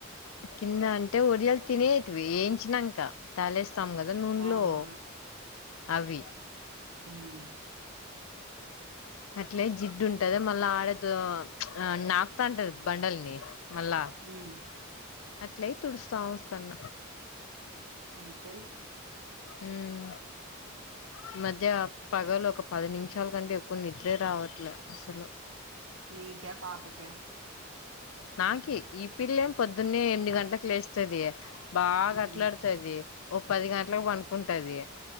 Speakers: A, on the left (about 80°); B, on the right (about 75°).
A: కింద అంటే ఒడియాలు తినేటివి యేయించినంక తాలేేస్తాం కదా నూన్లో
B: ఆహా!
A: అవి
B: ఉమ్
A: అట్లే జిడ్డు ఉంటది మళ్ళా ఆడదు ఆ నాపుతా అంటది బండల్ని మళ్ళా
B: ఉమ్
A: అట్లయి తుడుస్తా వస్తున్న
B: అంతేలే
A: ఉమ్ ఈ మధ్య పగలు ఒక పది నిమిషాల కంటే ఎక్కువ నిద్రే రావట్లే అసలు
B: నీకా పాపకా
A: నాకి ఈ పిల్లేం పొద్దున్నే ఎనిమిది గంటలకు లేస్తది బాగాట్లాడుతుది
B: హ్మ్.
A: ఓ పది గంటలకు పడుకుంటది